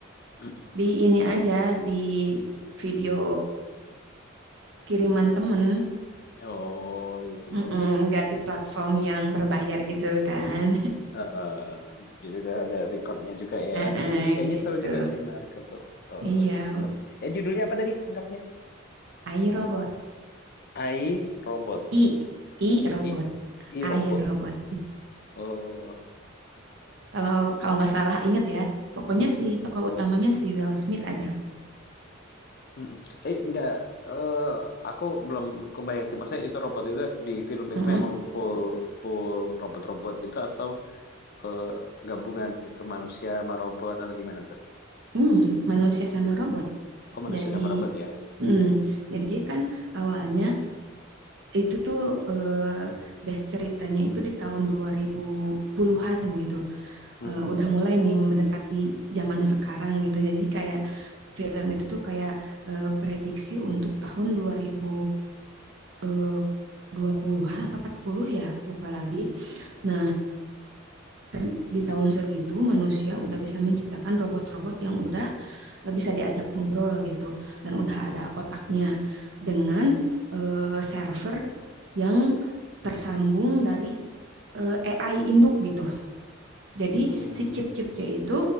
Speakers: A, on the left; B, on the right.
A: mhm.
B: Di ini aja di video kiriman temen,
A: Oh, iya
B: Mm-mm,
A: iya iya.
B: nggak di platform yang berbayar gitu kan.
A: Heeh, jadi udah ada record juga ya.
B: <laughs> Heeh,
A: kayaknya
B: gitu.
A: seru juga sih, menarik untuk, eee,
B: Iya,
A: itu film. Eh, judulnya apa tadi lengkapnya?
B: AI robot.
A: I, Robot.
B: I I robot.
A: I I,
B: AI
A: Robot.
B: robot.
A: Oh,
B: Kalau kalau nggak salah inget ya, pokoknya
A: mhm.
B: si tokoh utamanya si Will Smith aja.
A: Mhm. Eh, enggak, eee, aku belum kebayang sih, maksudnya itu robot itu di film itu
B: Mm-mm.
A: memang full full robot-robot gitu atau, eee, gabungan itu manusia sama robot atau gimana tuh?
B: Hmm, manusia sama robot.
A: Oh, manusia
B: Jadi,
A: sama robot ya?
B: mm, jadi kan awalnya itu tuh eh, base ceritanya itu di tahun 2010-an gitu.
A: Mm-mm.
B: Eh, udah mulai nih mendekati zaman sekarang gitu. Jadi kayak film itu tuh kayak eh, prediksi untuk tahun 2000 eh, dua 20-an apa 40 ya, lupa lagi. Nah, Ter- Di tahun segitu manusia udah bisa menciptakan robot-robot yang udah eh, bisa diajak ngobrol gitu dan udah ada otaknya dengan eh, server yang tersambung dari eh, AI induk gitu. Jadi
A: Hmm
B: si chip-chipnya itu